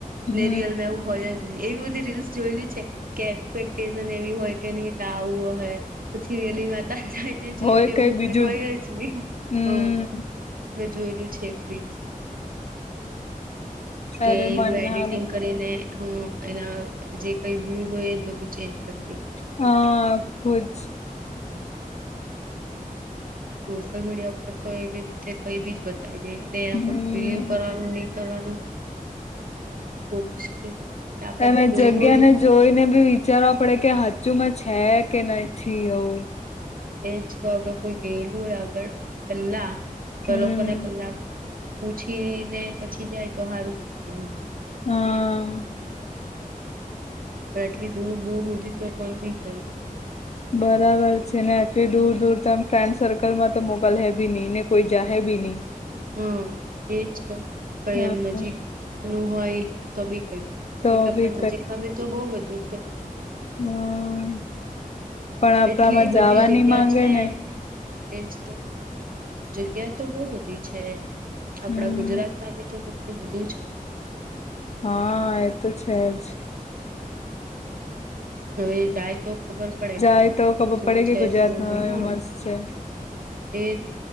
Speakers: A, on the left; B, on the right.
A: હમ
B: નેરિયલમાં એવું હોય જ એવી બધી રીલ્સ જોયેલી છે કે એક્સપેક્ટેશન એવી હોય કે નહી તા આવું હોય પછી રિયલી માતા જાય ને જોય
A: હોય
B: તે એવું
A: બીજું
B: કઈ હોય જ નહી
A: હમ
B: હમ્મ. મેં જોયલું છે રીલ્સમાં કે
A: અરે
B: એલું
A: મનાલ
B: એડિટિંગ કરીને હમ્મ એના જે કઈ વ્યુઝ હોય એજ બધું ચેન્જ કરી દઈએ.
A: હા ખુબ જ
B: સોશિયલ મીડિયા ઉપર તો એવી રીતે કઈ બીજ બતાવી દે એટલે એના
A: હમ
B: પર બિલીવ કરવાનું નહી કરવાનું બહું મુશ્કેલ છે. કરતા આપણે
A: તમે જગ્યા
B: જોયેલું હોય
A: ને જોઈને બી વિચારવા પડે કે હજુમાં છે કે નથી એવું
B: એજ તો અગર કોઈ ગયેલું હોય આગળ પહેલા તો
A: હમ
B: લોકોને પહેલા પૂછી ને પછી જાય તો સારું કેવાય એમ
A: હા.
B: એટલી દૂર દૂર હુદી તો પણ બી નઈ
A: બરાબર છે ને આટલી દૂર દૂર ત ફ્રેન્ડ સર્કલમાં તો મોકલ હે બી નહી ને કોઈ જાહે બી નઈ
B: હા એજ તો કઈ
A: હા
B: એમ નજીક નું હોય તો બી કઈ
A: તો
B: કે આપણા
A: બી
B: નજીકમાં બી તો બહું બધું છે એમ તો ફરવા
A: હમ્મ
B: લાયક
A: પણ આપણમાં
B: એટલી બધી
A: જાવાની
B: જગ્યા
A: માંગે
B: છે
A: ને
B: એજ તો જગ્યા તો બહું બધી છે આપડા
A: હમ
B: ગુજરાતમાં બી તો એટલું બધું છે.
A: હા એ તો છે જ
B: હવે એ જાય તો ખબર પડે
A: જાય તો ખબર
B: શું
A: પડે
B: છે
A: કે ગુજરાતમાં
B: શું નહી હા.
A: મસ્ત છે
B: એક